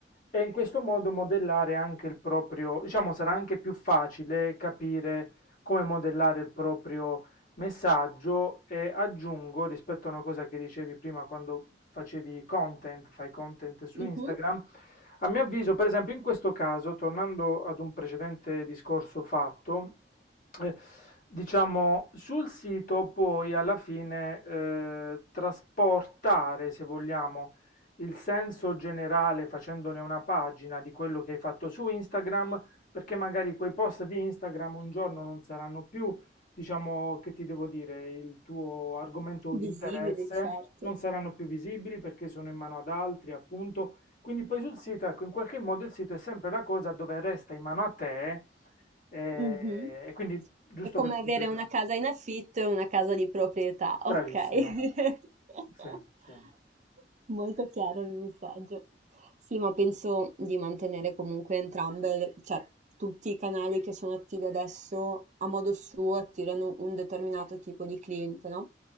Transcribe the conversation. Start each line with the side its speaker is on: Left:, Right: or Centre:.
Left: e in questo modo modellare anche il proprio, diciamo, sarà anche più facile capire come modellare il proprio messaggio e aggiungo rispetto a una cosa che dicevi prima quando facevi content, fai content su
Right: Mhm.
Left: Instagram. A mio avviso, per esempio, in questo caso, tornando ad un precedente discorso fatto, eh, diciamo, sul sito poi alla fine eh, trasportare, se vogliamo, il senso generale facendone una pagina di quello che hai fatto su Instagram, perché magari quei post di Instagram un giorno non saranno più, diciamo, che ti devo dire, il tuo argomento di
Right: Visibili,
Left: interesse,
Right: certo.
Left: non saranno più visibili perché sono in mano ad altri, appunto quindi poi sul sito, ecco, in qualche modo il sito è sempre la cosa dove resta in mano a te eh,
Right: Mh-mh.
Left: e quindi, giusto
Right: È come
Left: per completare,
Right: avere una casa in affitto e una casa di proprietà,
Left: bravissima,
Right: okay. <laughs>
Left: sì, sì,
Right: Molto chiaro il messaggio. Sì, ma penso di mantenere comunque entrambe le cioè tutti i canali che sono attivi adesso, a modo suo, attirano un determinato tipo di cliente, no,